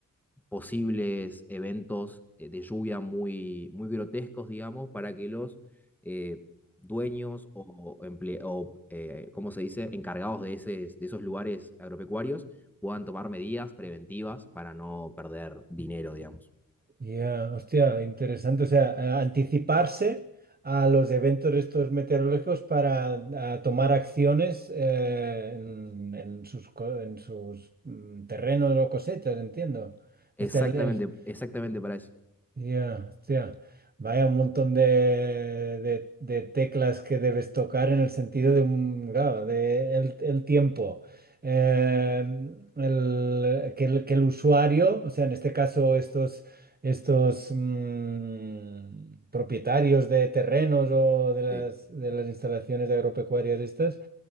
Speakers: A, in the centre; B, on the right.
A: posibles eventos eh, de lluvia muy, muy grotescos, digamos, para que los eh, dueños o, emple- o, eh, ¿cómo se dice?, encargados de, ese- de esos lugares agropecuarios puedan tomar medidas preventivas para no perder dinero, digamos.
B: Ya, hostia, interesante. O sea, a- anticiparse a los eventos estos meteorológicos para a tomar acciones eh, en, en sus, co- en sus mm, terrenos o cosechas, entiendo.
A: Exactamente,
B: Este, el, el
A: exactamente para eso.
B: ya, hostia. Vaya, un montón de, de- de teclas que debes tocar en el sentido de, un- claro, de el, el tiempo. Eh, el- que, el, que el usuario, o sea, en este caso estos, estos mm, propietarios de terrenos o de las,
A: Sí.
B: de las instalaciones agropecuarias estas,